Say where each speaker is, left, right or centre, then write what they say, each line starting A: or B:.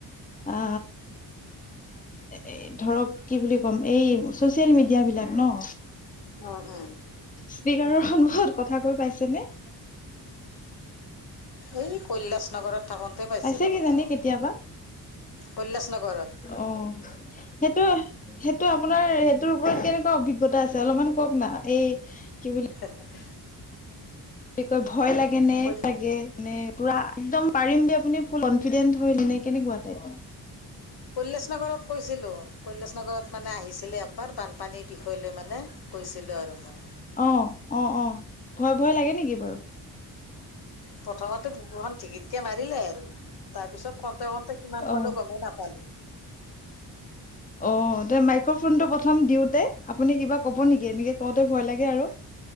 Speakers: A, on the left; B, on the left.
A: আ আ এএ ধৰক কি বুলি ক'ম, এই চচিয়েল মিডিয়াাবলাক ন?
B: অ', অ'।
A: স্পীকাৰৰ সন্মুখত কথা কৈ পাইছে নে?
B: এই কৈলাশ নগৰত থাকোন তে পাইছিলো
A: পাইছে কিজানি
B: কথাা কৈ,
A: কেতিয়াবা
B: কৈলাশ নগৰত।
A: অ সেইটোয়ে। সেইটো আপোনাৰ সেইটোৰ ওপৰত কেনেকুৱা অভিজ্ঞতা আছে অলপমান কওক না এই কি বুলি-
B: ফেটাচ
A: কি কৈ ভয় লাগে নে
B: কৈ
A: টাগে। মানে পুৰা একদম পাৰিম দে আপুনি ফুল কনফিডেন্ট হয়ল নে কেনেকুৱা টাইপ
B: কৈলাসনগৰত কৈছিলো কৈশালচনগৰত মানে আহিছিলে একবাৰ বান। পানীৰ বিষয় লৈ মানে কৈছিলোঁ আৰু মই।
A: অঁ অঁ অঁ ভয় ভয় লাগে নেকি বাৰু।
B: প্ৰথমতে বুকুখন ঢেঁকিতকে মাৰিলে আৰু। তাৰ পিছত খতে খটে কিমান
A: অ
B: পালো গমেই নাপালো।
A: অঁ এ মাইক্ৰফোন টো প্ৰথম দিওঁতে আপুনি কিবা কব নেকি এনেকে কওঁতে ভয় লাগে আৰু।